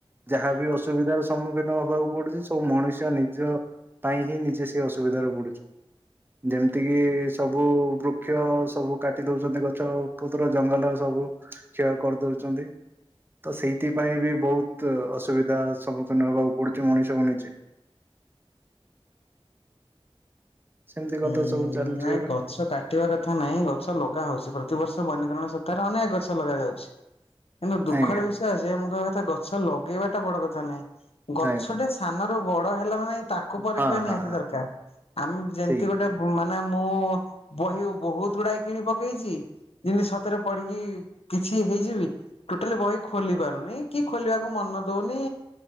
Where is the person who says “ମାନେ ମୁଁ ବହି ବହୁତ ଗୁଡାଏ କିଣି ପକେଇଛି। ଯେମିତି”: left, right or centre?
Left